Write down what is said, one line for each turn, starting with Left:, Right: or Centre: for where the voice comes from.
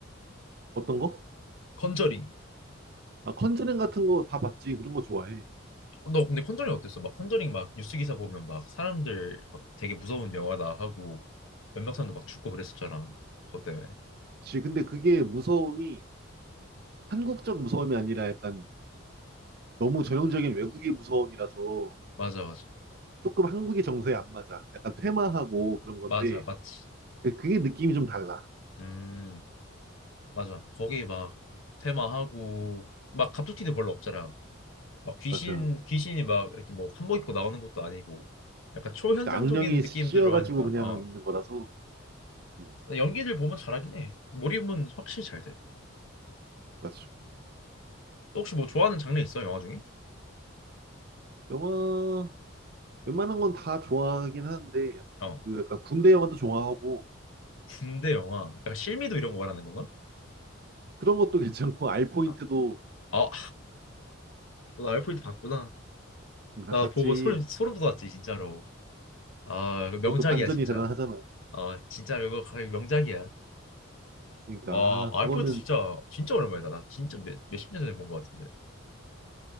Right: 어떤 거?
Left: 컨저링
Right: 아, 컨저링 같은 거 다 봤지. 그런 거 좋아해.
Left: 어, 너 근데 컨저링 어땠어? 막 컨저링 막 뉴스 기사 보면 막 사람들 막 되게 무서운 영화다 하고 몇몇 사람도 막 죽고 그랬었잖아 그것 때문에
Right: 지 근데 그게 무서움이 한국적 무서움이 아니라 약간 너무 전형적인 외국의 무서움이라서
Left: 맞아 맞아
Right: 조금 한국의 정서에 안 맞아. 약간 퇴마하고 그런 건데
Left: 맞아 맞지
Right: 그게 느낌이 좀 달라.
Left: 음. 맞아. 거기 막 테마하고 막 갑툭튀도 별로 없잖아. 막 귀신
Right: 맞아.
Left: 귀신이 막 이렇게 뭐 한복 입고 나오는 것도 아니고 약간 초현상적인
Right: 악령이
Left: 느낌들로
Right: 씌어가지고
Left: 하니까
Right: 그냥
Left: 어
Right: 있는 거라서 음,
Left: 연기들 보면 잘하긴 해. 몰입은 확실히 잘 돼.
Right: 맞아.
Left: 또 혹시 뭐 좋아하는 장르 있어 영화 중에?
Right: 영화 웬만한 건 다 좋아하긴 하는데
Left: 어
Right: 그 약간 군대 영화도 좋아하고
Left: 군대 영화. 약간 실미도 이런 거 말하는 건가?
Right: 그런 것도 <laughs> 괜찮고 알 포인트도
Left: 아, 아, 너 알프레드 봤구나.
Right: 음, 아,
Left: 나
Right: 봤지.
Left: 보고 소름 소름 돋았지 진짜로. 아 명작이야
Right: 그것도 반전이
Left: 진짜.
Right: 대단하잖아.
Left: 아 진짜 이거 거의 명작이야.
Right: 그러니까
Left: 와,
Right: 아, 그거는
Left: 알프레토 진짜 진짜 오랜만이다. 나 진짜 몇, 몇십 년 전에 본 것 같은데.